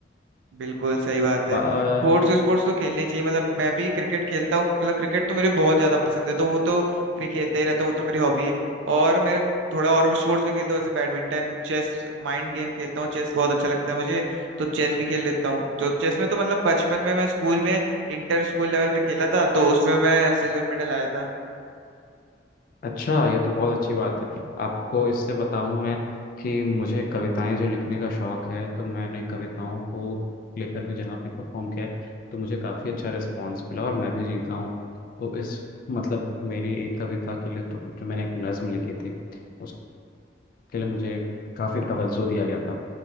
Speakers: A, on the right; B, on the left.
A: बिल्कुल सही बात है
B: हूँ
A: स्पोर्ट्स स्पोर्ट्स तो खेलने चाहिए मतलब मैं भी क्रिकेट खेलता हूँ मतलब क्रिकेट तो मेरे बहुत ज्यादा पसंद है तो वो तो क्रिकेट खेलता ही रहता हूँ वो तो मेरी हॉबी है और मैं थोड़ा और स्पोर्ट्स भी खेलता हूँ जैसे बैडमिंटन चेस माइंड गेम खेलता हूँ चेस बहुत अच्छा लगता है मुझे तो चेस भी खेल लेता हूँ तो चेस में तो मतलब बचपन में मैं स्कूल में इंटर स्कूल लेवल पे खेला था तो उसमें मैं सिल्वर मेडल आया था
B: अच्छा ये तो बहुत अच्छी बात है आपको इससे बताऊं मैं कि मुझे कविताएं जो लिखने का शौक है तो मैंने कविताओं को लेकर भी जहाँ भी परफॉर्म किया है तो मुझे काफ़ी अच्छा रिस्पॉन्स मिला और मैं भी जीता हूँ तो इस मतलब मेरी एक कविता के लिए तो जो मैंने एक नज़म लिखी थी उसके लिए मुझे काफ़ी तवज्जो दिया गया था